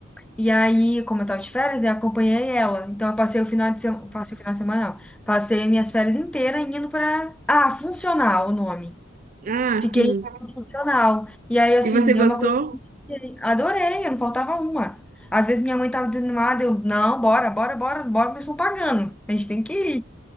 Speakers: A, in the centre; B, on the right.
A: E aí, como eu tava de férias, né, acompanhei ela. Então, eu passei o final de semana, passei o final de semana, não. Passei minhas férias inteiras indo para Ah, funcional o nome.
B: Ah,
A: Fiquei
B: sim.
A: funcional. E aí, assim,
B: E você gostou?
A: é uma coisa que eu fiquei- adorei, eu não faltava uma. Às vezes minha mãe tava desanimada, eu, não, bora, bora, bora, bora, mas estão pagando. A gente tem que ir.